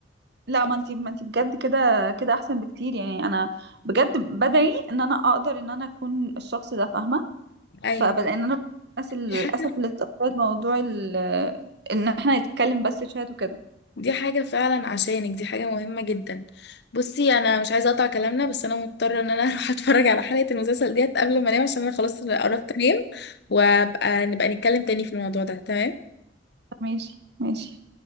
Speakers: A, on the right; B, on the left.
A: لا ما انت ما انت بجد كده كده احسن بكتير يعني انا بجد بدعي ان انا اقدر ان انا اكون الشخص ده فاهمه
B: ايوه
A: فبلا ان انا الناس للاسف
B: دي حاجه
A: اللي اتأثرت بموضوع ال- ان احنا نتكلم بس شات وكده
B: دي حاجه فعلا عشانك دي حاجه مهمه جدا بصي انا مش عايزه اقطع كلامنا بس انا مضطره ان انا <laughs> اروح اتفرج على حلقه المسلسل ديت قبل ما انام عشان انا خلاص قربت انام وابقى نبقى نتكلم تاني في الموضوع ده تمام
A: ماشي ماشي